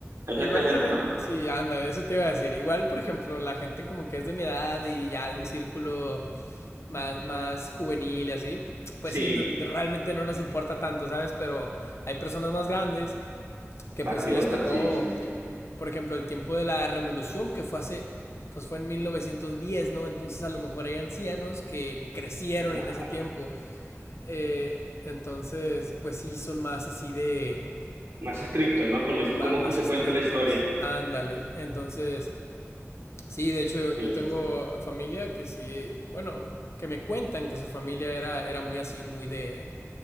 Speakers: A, on the right; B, on the left.
A: hay
B: igual
A: gente, gente,
B: también,
A: ¿no?
B: sí, anda, eso te iba a decir. Igual, por ejemplo, la gente como que es de mi edad y ya de un círculo más, más juvenil y así, pues
A: Sí,
B: sí, no- realmente no nos importa tanto, ¿sabes? Pero hay personas más grandes que
A: patriota,
B: pues sí les tocó
A: sí, sí, sí,
B: por ejemplo, el tiempo de la revolución, que fue hace, pues fue en 1910, ¿no? Entonces a lo mejor hay ancianos que crecieron
A: claro.
B: en ese tiempo. Eh, entonces, pues sí, son más así de,
A: Más estricto, ¿no? Con
B: sí,
A: la his-
B: más
A: cómo
B: más,
A: se
B: estrictos.
A: cuenta la historia.
B: Ándale. Entonces, sí, de hecho
A: Sí,
B: yo tengo
A: sí, sí.
B: familia que sí, bueno, que me cuentan que su familia era, era muy así, muy de